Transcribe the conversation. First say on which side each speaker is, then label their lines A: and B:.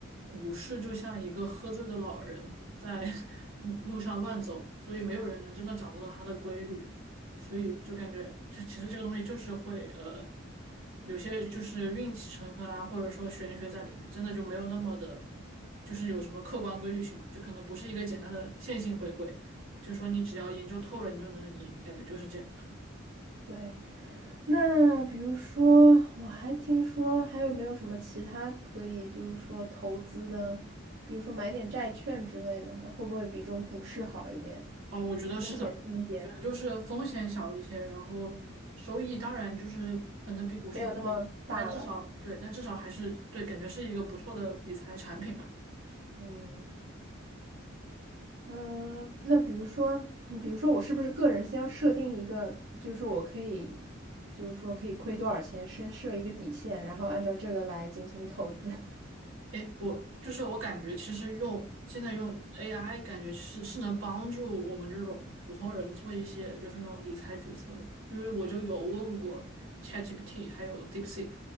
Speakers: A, on the right (about 80°); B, on the right (about 60°).
A: 股市就像一个喝醉的老人在 <laughs> 嗯路上乱走，所以没有人能真的掌握到它的规律，所以就感觉这其实这个东西就是会呃，有些就是运气成分啊，或者说玄学在里面，真的就没有那么的，就是有什么客观规律性嘛，就可能不是一个简单的线性回归，就说你只要研究透了，你就能赢，感觉就是这样。
B: 对，那比如说，我还听说还有没有什么其他可以，就是说投资的，比如说买点债券之类的呢？会不会比这种股市好一点，
A: 哦，我觉得是的我觉得就是风险小一些，
B: 风险低一点？
A: 然后收益当然就是可能比股市低，
B: 嗯，没有那么大了。
A: 但至少对，但至少还是对，感觉是一个不错的理财产品吧。
B: 嗯嗯、呃那比如说，嗯比如说我是不是个人先要设定一个，就是说我可以，就是说可以亏多少钱，先设一个底线，然后按照这个来进行投资。<laughs>
A: 诶，我就是我感觉，其实用现在用 AI，感觉是是能帮助我们这种普通人做一些就是那种理财决策的。因为我就有问过 ChatGPT 还有 DeepSeek，